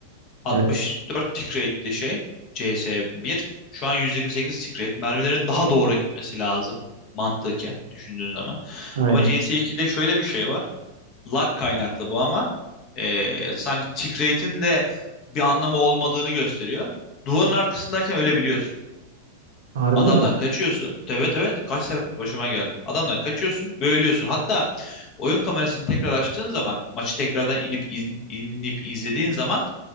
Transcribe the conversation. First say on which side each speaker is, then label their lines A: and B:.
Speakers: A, on the left (about 40°); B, on the right (about 70°).
A: 64
B: Evet.
A: tick rate'li şey cs bir. Şu an 128 tick rate. Mermilerin daha doğru gitmesi lazım. Mantıken düşündüğün zaman.
B: Aynen.
A: Ama cs ikide şöyle bir şey var. Lag kaynaklı bu ama eee, sanki tick rate'in de bir anlamı olmadığını gösteriyor. Duvarın arkasındayken ölebiliyorsun.
B: Harbi
A: Adamdan
B: mi?
A: kaçıyorsun. Evet evet kaç sefer başıma geldi. Adamdan kaçıyorsun ve ölüyorsun. Hatta oyun kamerasını tekrar açtığın zaman maçı tekrardan inip iz- inip izlediğin zaman